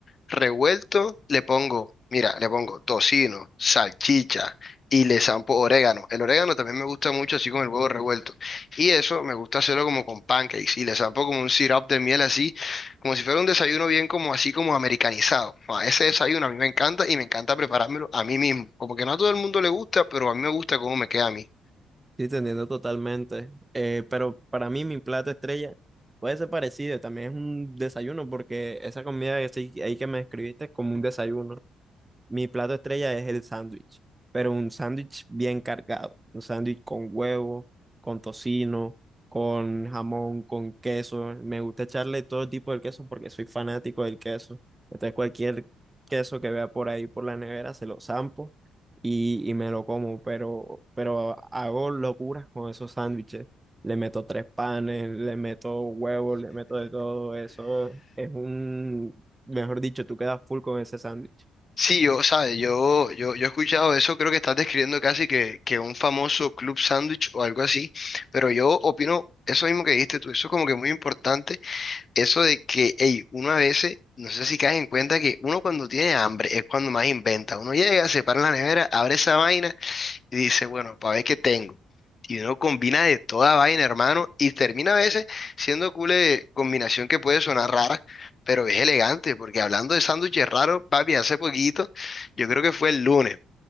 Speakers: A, on the left (about 40°); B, on the right (about 20°).
A: revuelto, le pongo, mira, le pongo tocino, salchicha y le zampo orégano. El orégano también me gusta mucho así con el huevo revuelto. Y eso me gusta hacerlo como con pancakes y le zampo como un syrup de miel así, como si fuera un desayuno bien como así como americanizado. Ah, ese desayuno a mí me encanta y me encanta preparármelo a mí mismo. Como que no a todo el mundo le gusta, pero a mí me gusta cómo me queda a mí.
B: Sí, te entiendo totalmente. Eh, pero para mí mi plato estrella puede ser parecido, también es un desayuno porque esa comida que sí- ahí que me escribiste es como un desayuno. Mi plato estrella es el sándwich, pero un sándwich bien cargado, un sándwich con huevo, con tocino, con jamón, con queso. Me gusta echarle todo tipo de queso porque soy fanático del queso. Entonces cualquier queso que vea por ahí por la nevera se lo zampo y, y me lo como, pero, pero hago locuras con esos sándwiches. Le meto tres panes, le meto huevos, le meto de todo. Eso es un, mejor dicho, tú quedas full con ese sándwich.
A: Sí, yo, ¿sabes? Yo, yo, yo he escuchado eso, creo que estás describiendo casi que, que un famoso club sándwich o algo así, pero yo opino eso mismo que dijiste tú, eso es como que muy importante, eso de que, hey, uno a veces, no sé si caes en cuenta que uno cuando tiene hambre es cuando más inventa, uno llega, se para en la nevera, abre esa vaina y dice, bueno, para ver qué tengo. Y uno combina de toda vaina, hermano, y termina a veces siendo cool de combinación que puede sonar rara, pero es elegante, porque hablando de sándwiches raros, papi, hace poquito, yo creo que fue el lunes,